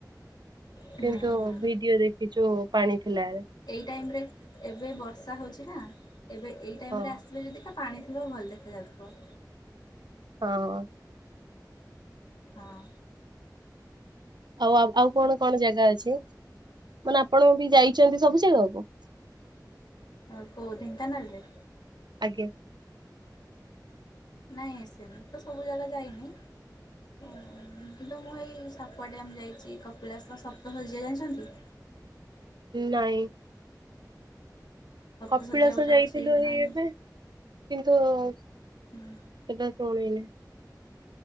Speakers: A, on the left; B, on the right.
A: ହୁଁ
B: କିନ୍ତୁ
A: ହୁଁ
B: ଭିଡିଓ ଦେଖିଛୁ ପାଣି ଥିଲା ବେଳେ।
A: ଏଇ ଟାଇମରେ ଏବେ ବର୍ଷା ହେଉଛି ନା, ଏବେ ଏଇ ଟାଇମରେ
B: ହଁ
A: ଆସିଲେ ଯଦି କା ପାଣି ଥିବ ଭଲ ଦେଖାଯାଉଥିବ।
B: ହଁଅ।
A: ହଁଅ।
B: ଆଉ ଆପ ଆଉ କଣ କଣ ଜାଗା ଅଛି? ମାନେ ଆପଣ ବି ଯାଇଛନ୍ତି ସବୁ ଜାଗାକୁ?
A: ଆ କୋଉ ଢେଙ୍କାନାଳରେ?
B: ଆଜ୍ଞା।
A: ନାଇଁ ସେମିତି ତ ସବୁ ଜାଗା ଯାଇନି ହୁଁ କିନ୍ତୁ ମୁଁ ଏଇ ସାପୁଆ ଡ୍ୟାମ୍ ଯାଇଚି, କପିଳାସ, ସପ୍ତଶଯ୍ୟା ଜାଣିଛନ୍ତି?
B: ନାଇଁ।
A: ସପ୍ତଶଯ୍ୟା
B: କପିଳାସ
A: ଗୋଟେ
B: ଯାଇଥିଲୁ
A: ଅଛି
B: ହେଇ
A: ମାନେ
B: ଏବେ କିନ୍ତୁ ସେଟା
A: ହୁଁ
B: ଶୁଣିନି।